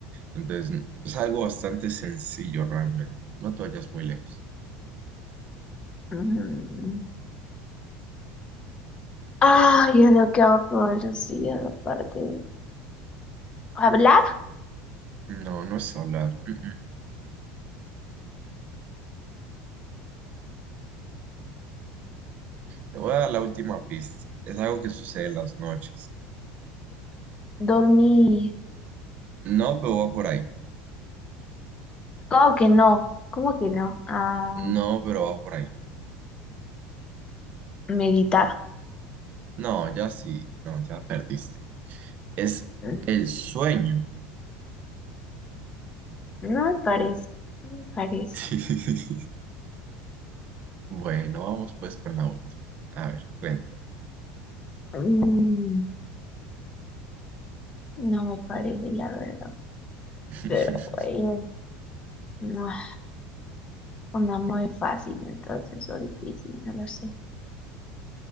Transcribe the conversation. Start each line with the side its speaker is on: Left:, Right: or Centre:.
Right: Entonces, es algo bastante sencillo realmente. No te vayas muy lejos.
Left: Mm. Ay, es lo que hago todos los días, aparte. ¿Hablar?
Right: No, no es hablar. Mm, mm. Te voy a dar la última pista. Es algo que sucede en las noches.
Left: Dormir.
Right: No, pero va por ahí.
Left: ¿Cómo que no? ¿Cómo que no? ah
Right: No, pero va por ahí.
Left: meditar.
Right: No, ya sí. No, ya perdiste. Es
Left: Mm,
Right: el sueño.
Left: No me parece, no me parece.
Right: <laughs> Bueno, vamos pues con la última. A ver, cuéntame.
Left: Mm, No me parece, la verdad.
Right: <laughs>
Left: Pero bueno, no, es una muy fácil entonces o difícil, no lo sé.